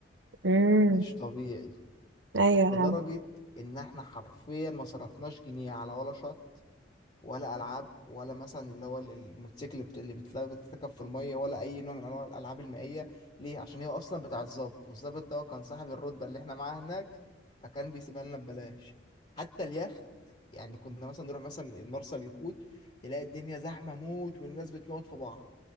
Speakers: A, on the right (about 75°); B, on the left (about 35°).
A: امم
B: مش طبيعي
A: ايوه
B: لدرجه
A: يا عم.
B: ان احنا حرفيا ما صرفناش جنيه على ولا شط ولا العاب ولا مثلا اللي هو ال- الموتوسيكل بت- اللي بتلا- بتتركب في الميه ولا اي نوع من انواع الالعاب المائيه ليه عشان هي اصلا بتاعه الضابط والضابط ده هو كان صاحب الرتبه اللي احنا معاها هناك فكان بيسيبها لنا ببلاش حتى اليخت يعني كنا مثلا نروح مثلا مرسى اليخوت تلاقي الدنيا زحمه موت والناس بتموت في بعض